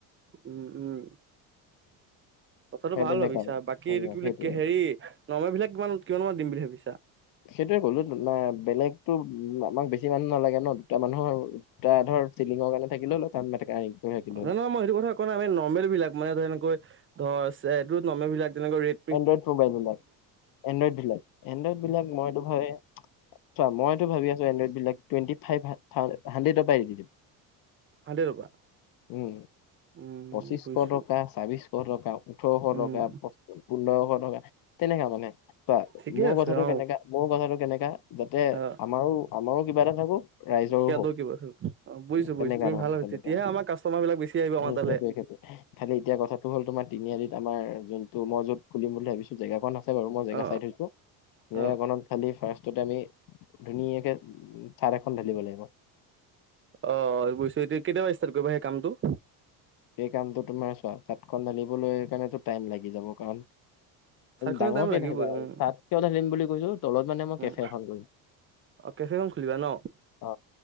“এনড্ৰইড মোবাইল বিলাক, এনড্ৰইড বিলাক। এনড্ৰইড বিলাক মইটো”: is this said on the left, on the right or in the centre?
Left